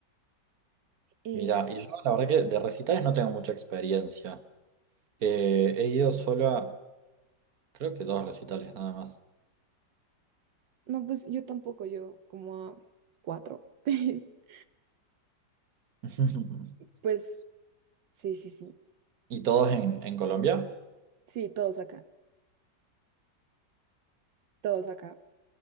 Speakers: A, on the right; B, on the right.
A: Y
B: Mira, y yo la verdad que de recitales no tengo mucha experiencia. Eh, he ido solo a, creo que dos recitales nada más.
A: no, pues yo tampoco, yo como a cuatro. <laughs>
B: <laughs>
A: Pues sí, sí, sí,
B: ¿Y todos en, en Colombia?
A: sí, todos acá, todos acá.